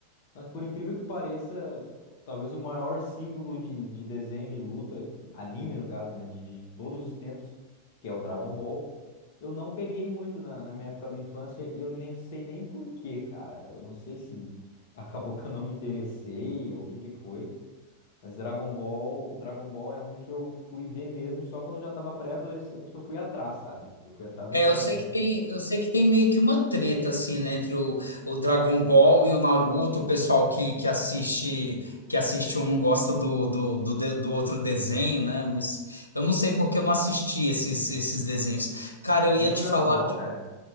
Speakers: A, on the left; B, on the left.
A: Mas por incrível que pareça, talvez o maior símbolo de, de desenho de luta, anime no caso, né, de, de todos os tempos, que é o Dragon Ball, eu não peguei muito na, na minha época da infância e eu nem sei nem por quê, cara. Eu não sei se <laughs> acabou que eu não me interessei ou o que que foi, mas Dragon Ball, Dragon Ball é um que eu fui ver mesmo só quando eu já tava pré-adolescente que eu fui atrás, sabe? Que eu fui atrás na
B: É,
A: internet
B: eu sei que
A: mesmo.
B: tem, eu sei que tem meio que uma treta assim, né, entre o, o Dragon Ball e o Naruto, o pessoal que, que assiste que assiste um não gosta do, do, do, de- do outro desenho, né? Eu não, s- eu não sei porque eu não assisti esses, esses desenhos. Cara, eu
A: Nem
B: ia te
A: o Dragon
B: falar.
A: Ball, cara?